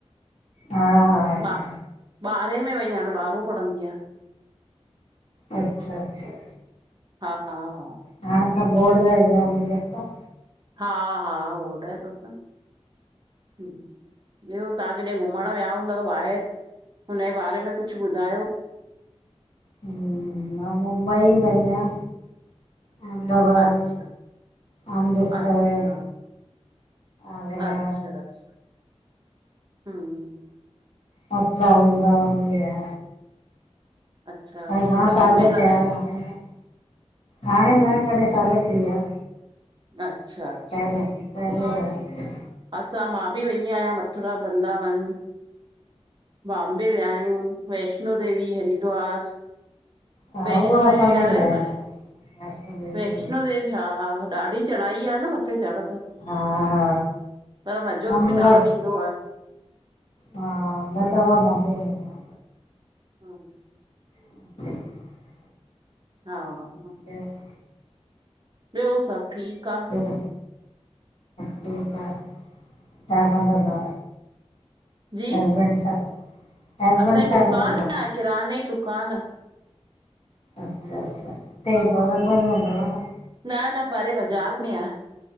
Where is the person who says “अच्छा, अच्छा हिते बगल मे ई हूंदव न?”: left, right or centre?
Left